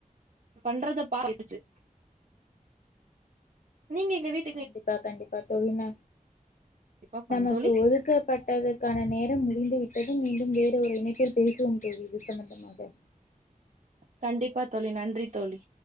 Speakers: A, on the right; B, on the left.
A: பண்றத பாத் கேட்டுச்சு நீங்க எங்க வீட்
B: கண்டிப்பா கண்டிப்பா தோழி ந
A: கண்டிப்பா பண்ண
B: நமக்கு
A: தோழி.
B: ஒதுக்க பட்டதகான நேரம் முடிந்து விட்டதும் மீண்டும் வேற ஒரு இணைப்பில் பேசுவோம் தோழி போது இது சம்மந்தமாக <inaudible>
A: கண்டிப்பா தோழி நன்றி தோழி